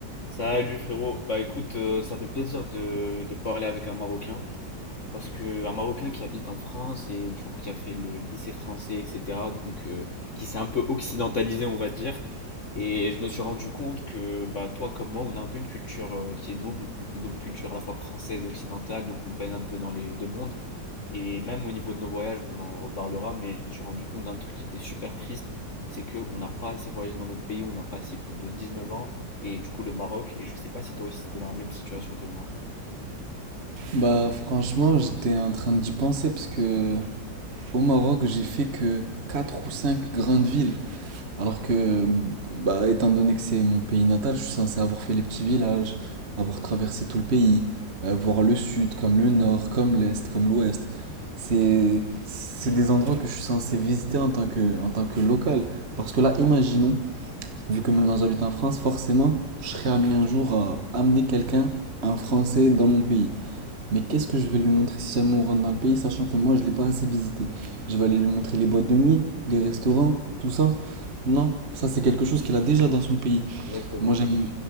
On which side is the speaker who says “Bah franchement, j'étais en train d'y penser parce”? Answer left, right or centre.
Right